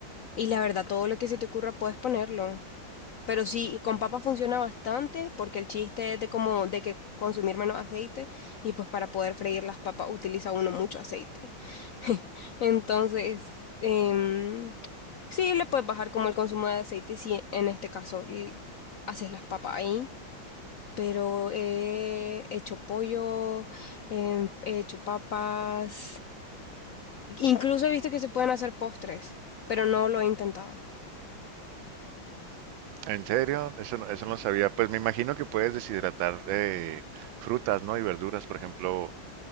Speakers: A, on the left; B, on the right.
A: Y la verdad, todo lo que se te ocurra puedes ponerlo. Pero sí, con papas funciona bastante porque el chiste es de como, de que consumir menos aceite y pues para poder freír las papas utiliza uno mucho aceite. <laughs> Entonces, em, sí, le puedes bajar como el consumo de aceite si en este caso y haces las papas ahí pero he hecho pollo, em, he hecho papas, incluso he visto que se pueden hacer postres, pero no lo he intentado.
B: ¿En serio? Eso no, eso no sabía. Pues me imagino que puedes deshidratar eh, frutas, ¿no? Y verduras, por ejemplo,